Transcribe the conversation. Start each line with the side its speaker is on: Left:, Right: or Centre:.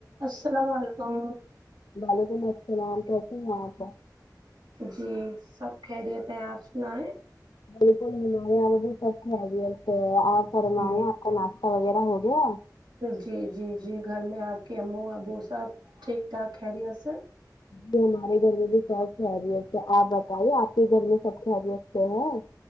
Right: السلام و علیکم
Left: بلکم السلام کیسی ہیں آپ
Right: جی سب خیریت ہے آپ سنایے
Left: بلکل ہمارے یہاں بھی سب خیریت سے ہے آپ فرمایے
Right: جی
Left: کا ناشتہ وغیرہ ہو گیا
Right: جی جی جی گھر میں آپ کے امو ابو سب ٹھیک ٹھاک خریت سے
Left: جی ہمارے گھر میں بھی سب خیریت ہے آپ بتائیے آپ کے گھر میں سب خیریت سے ہیں